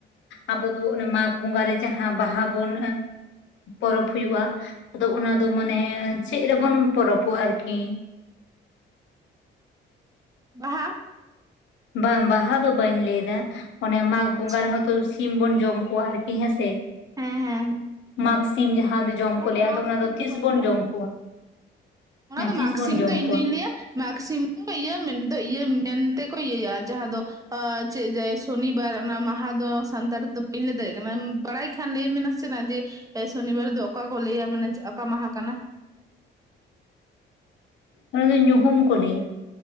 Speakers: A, on the left; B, on the right.
A: ᱟᱵᱚ ᱫᱚ ᱢᱟᱜᱽ ᱵᱚᱸᱜᱟ ᱨᱮ ᱡᱟᱦᱟ ᱵᱟᱦᱟ ᱵᱚᱱ ᱯᱚᱨᱚᱵᱽ ᱦᱩᱭᱩᱜᱼᱟ᱾ ᱟᱫᱚ ᱚᱱᱟ ᱫᱚ ᱢᱟᱱᱮ ᱪᱮᱫ ᱨᱮᱵᱚᱱ ᱯᱚᱨᱚᱵᱚᱜᱼᱟ ᱟᱨᱠᱤ?
B: ᱵᱟᱦᱟ
A: ᱵᱟᱝ ᱵᱟᱦᱟ ᱫᱚ ᱵᱟᱹᱧ ᱞᱟᱹᱭ ᱮᱫᱟ ᱚᱱᱮ ᱢᱟᱜᱽ ᱵᱚᱸᱜᱟ
B: ᱟᱪᱪᱷᱟ
A: ᱨᱮᱦᱚᱸ ᱛᱚ ᱥᱤᱢ ᱵᱚᱱ ᱡᱚᱢ ᱠᱚᱣᱟ ᱟᱨᱠᱤ ᱦᱮᱸ ᱥᱮ
B: ᱦᱮᱸ ᱦᱮᱸ
A: ᱢᱟᱠ ᱥᱤᱢ ᱡᱟᱦᱟᱸ ᱡᱚᱢ
B: ᱚᱱᱟ
A: ᱠᱚ
B: ᱫᱚ
A: ᱞᱟᱹᱭᱟ
B: ᱢᱟᱜᱽ
A: ᱟᱫᱚ
B: ᱥᱤᱢ
A: ᱛᱤᱥ
B: ᱠᱚ
A: ᱵᱚᱱ
B: ᱞᱟᱹᱭᱟ
A: ᱡᱚᱢ
B: ᱦᱮᱸᱥ
A: ᱠᱚᱣᱟ
B: ᱚᱱᱟ
A: ᱦᱮᱸ
B: ᱫᱚ
A: ᱛᱤᱥ
B: ᱢᱟᱜᱽ
A: ᱵᱚᱱ
B: ᱥᱤᱢ
A: ᱡᱚᱢ
B: ᱫᱚ ᱤᱧ
A: ᱠᱚᱣᱟ
B: ᱫᱩᱧ ᱞᱟᱹᱭᱟ ᱢᱟᱜᱽ ᱥᱤᱢ ᱫᱚ ᱤᱭᱟᱹ ᱢᱮᱱ ᱤᱭᱟᱹ ᱢᱮᱱᱛᱮᱠᱚ ᱤᱭᱟᱹᱭᱟ ᱡᱟᱦᱟᱸ ᱫᱚ ᱪᱮᱫ ᱡᱟᱭ ᱥᱚᱱᱤᱵᱟᱨ ᱚᱱᱟ ᱢᱟᱦᱟ ᱫᱚ ᱥᱟᱱᱛᱟᱲ ᱫᱚ ᱵᱟᱹᱧ ᱞᱟᱹᱭ ᱫᱟᱲᱮᱭᱟᱜ ᱠᱟᱱᱟ ᱵᱟᱲᱟᱭ ᱠᱷᱟᱱ ᱞᱟᱹᱭ ᱢᱮ ᱥᱮ ᱡᱮ ᱥᱚᱱᱤᱵᱟᱨ ᱫᱚ ᱚᱠᱟ ᱠᱚ ᱞᱟᱹᱭᱟ ᱢᱟᱱᱮ ᱚᱠᱟ ᱢᱟᱦᱟ ᱠᱟᱱᱟ?
A: ᱚᱱᱟ ᱫᱚ ᱧᱩᱦᱩᱢ ᱠᱚ ᱞᱟᱹᱭᱟ